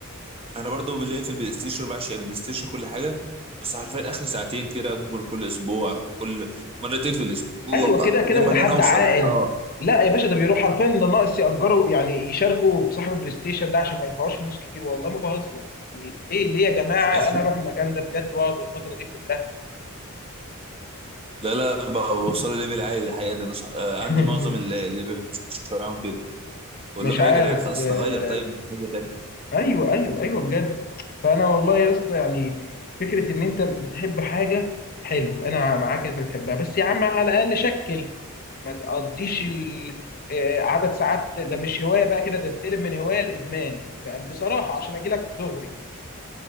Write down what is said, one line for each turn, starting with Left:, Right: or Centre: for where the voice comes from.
Right: انا برضو ليا في البلاي ستيشن بعشق البلاي ستيشن كل حاجه بس حرفيا اخر ساعتين كده ممكن كل اسبوع كل مرتين في الاسبوع
Left: ايوه كده كده
Right: انما
Left: انت
Right: ان
Left: حد
Right: انا اوصل
Left: عاقل
Right: اه
Left: لا يا باشا ده بيروح حرفيا ده ناقص يأجروا يعني يشاركوا بصاحب البلاي ستيشن ده عشان ما يدفعوش فلوس كتير والله ما بهزر ليه ليه يا جماعه
Right: <laughs>
Left: انا اروح المكان ده بجد واقعد الفتره دي كلها
Right: لا لا بوصل ليفل عالي الحقيقه ده أنا صح- آه،
Left: <laughs>
Right: عندي معظم اللي اللي بيمشوا معاهم كده بقول
Left: مش
Right: لهم
Left: عارف
Right: ايه يا جدعان خلاص
Left: آه،
Right: نغير طيب نشوف حاجه تانيه
Left: ايوه ايوه ايوه بجد فانا والله يا اسطى يعني فكره ان انت بتحب حاجه حلو انا معاك إن انت بتحبها بس يا عم على الاقل شكل ما تقضيش ال- آه، عدد ساعات ده مش هوايه بقى كده ده تتقلب من هوايه لادمان بقى بصراحه عشان اجي لك دغري